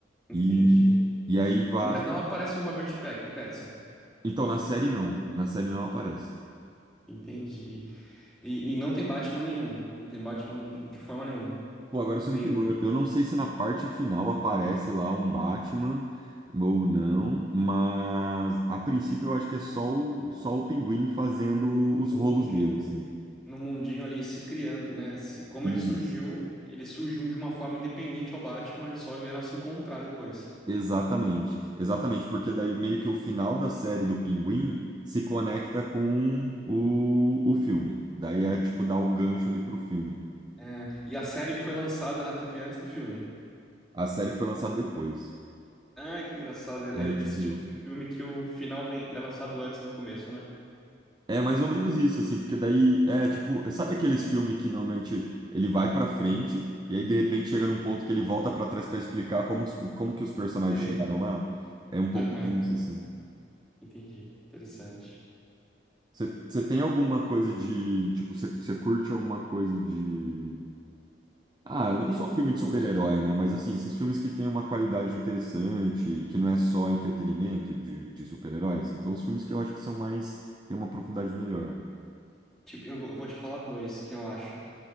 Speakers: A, in the centre; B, on the right.
A: Entendi.
B: E, e aí vai.
A: Mas não aparece o Robert Pack- Pattinson.
B: Então, na série não, na série não aparece.
A: Entendi. E, e não tem Batman nenhum. Não tem Batman de, de forma nenhuma.
B: Pô, agora você
A: Nenhum.
B: me pegou. Eu eu não sei se na parte final aparece lá um Batman ou não, mas a princípio eu acho que é só o, só o Pinguim fazendo os
A: No
B: rolos
A: mundinho
B: dele,
A: dele.
B: assim.
A: No mundinho ali se criando, né? Se, como
B: Isso.
A: ele surgiu, ele surgiu de uma forma independente ao Batman, eles só vieram a se encontrar depois.
B: Exatamente. Exatamente, porque daí meio que o final da série do Pinguim se conecta com o, o filme. Daí é tipo dar o gancho ali pro filme.
A: É, e a série foi lançada na TV antes do filme.
B: A série foi lançada depois,
A: Ah, que engraçado. É
B: na
A: desse
B: HBO.
A: tipo de filme que o final vem, é lançado antes do começo, né?
B: É mais ou menos isso, assim, porque daí é tipo, sabe aqueles filmes que normalmente ele vai pra frente e aí de repente chega num ponto que ele volta pra trás pra explicar como, os- como que os personagens
A: Sei.
B: chegaram lá? É um pouco
A: Aham,
B: disso, assim.
A: entendi. Interessante.
B: Você tem alguma coisa de, tipo, você você curte alguma coisa de... Ah, não
A: Tem
B: só
A: uma
B: filme
A: que eu
B: de
A: gosto.
B: super-herói, né? Mas assim, esses filmes que têm uma qualidade interessante, que não é só entretenimento de, de super-heróis. Então, os filmes que eu acho que são mais, têm uma profundidade melhor.
A: Tipo, eu vou, eu vou te falar dois que eu acho.